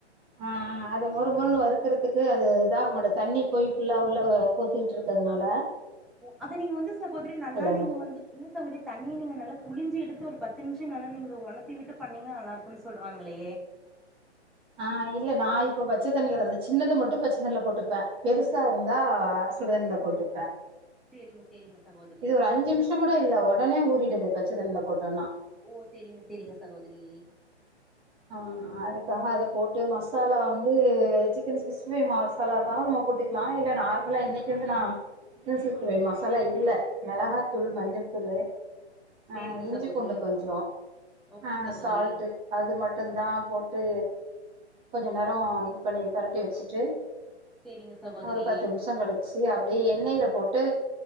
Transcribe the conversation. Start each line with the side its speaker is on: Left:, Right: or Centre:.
Right: ஆ அது மொறு மொறுன்னு வறுக்கறதுக்கு அது இதாக மாட்டுது தண்ணி போய் ஃபுல்லா உள்ள கோத்திட்டுருக்கதுனால
Centre: அத நீங்க வந்து சகோதரி நல்லா நீங்க
Right: எனக்கு
Centre: வந்து இல்ல சகோதரி தண்ணி நீங்க நல்லா புழிஞ்சு எடுத்து ஒரு பத்து நிமிஷோ நல்லா நீங்க ஒணத்தி விட்டு பண்ணிங்க நல்லாயிருக்குன்னு சொல்றாங்கிளே
Right: ஆ இல்ல நா இப்ப பச்சத்தண்ணில வந்த சின்னது மட்டும் பச்சத்தண்ணில போட்டுப்ப பெருசா இருந்தா
Centre: ஓ
Right: சுடுதண்ணில போட்டுப்ப
Centre: சேரிங்க சேரிங்க சகோதரி
Right: இது ஒரு அஞ்சு நிமிஷோ கூட இல்ல ஒடனே ஊறிடுது பச்ச தண்ல போட்டோனா
Centre: ஓ சேரிங்க சேரிங்க சகோதரி
Right: ஆ அதுக்காக அத போட்டு மசாலா வந்து சிக்கன் சிக்ஸ்டி ஃபை மாவுஸ் நல்லா கலர் மாவு போட்டு நா இல்ல நார்மலா இன்னைக்கு வந்து நா சிக்கன் சிக்ஸ்டி ஃபை மசாலா இல்ல மெளகாத்தூள் மஞ்ச தூள்ளு
Centre: சேரிங்க
Right: ஆ இஞ்சி
Centre: சகோதரி
Right: பூண்டு கொஞ்சோ
Centre: ஓகே
Right: அ
Centre: சகோதரி
Right: சால்ட்டு அது ம ட்டுதா போட்டு கொஞ்ச நேரோ இது பண்ணி பெரட்டி வச்சுட்டு
Centre: சேரிங்க சகோதரி
Right: ஒரு பத்து நிம்ஷங்களு சே அப்டே எண்ணெய்ல போட்டு